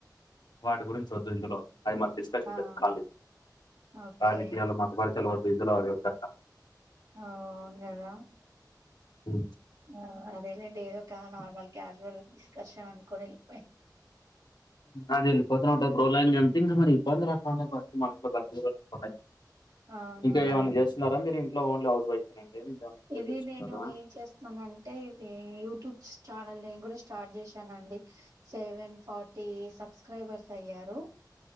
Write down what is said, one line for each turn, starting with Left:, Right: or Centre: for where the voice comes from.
Left: వాటి గురించి వద్దు ఇందులో అవి మన
Right: ఆ
Left: కాల్
Right: ఓకే
Left: రాజకీయాలు మతపరచాల వద్దు ఇందులో అవి వద్దు
Right: ఆ అవును కదా
Left: ఉ
Right: ఆ అదేలేండి ఏదో ఒక నార్మల్ క్యాజువల్ డిస్కర్షన్ అనుకొని వెళ్ళిపోయిన
Left: అదేళ్ళిపోతూ ఉంటాది ప్రొలాంగ్ అంతే ఇంగ మరి ఇబ్బంది అట్లా ఉంటాయి <inaudible>
Right: అవును
Left: ఇంకా ఏమైన్నా
Right: అవును
Left: చేస్తున్నారా మీరు ఇంట్లో ఓన్లీ హౌస్ వైఫ్ అండి ఇంకేమైనా ఇంట్లో
Right: ఇది
Left: చేస్తుంటారా
Right: నేను ఏం చేస్తా మన అంటే ఇది యూట్యూబ్ ఛానల్ నేను కూడా స్టార్ట్ చేశానండి సెవెన్ ఫార్టీ సబ్స్క్రైబర్స్ అయ్యారు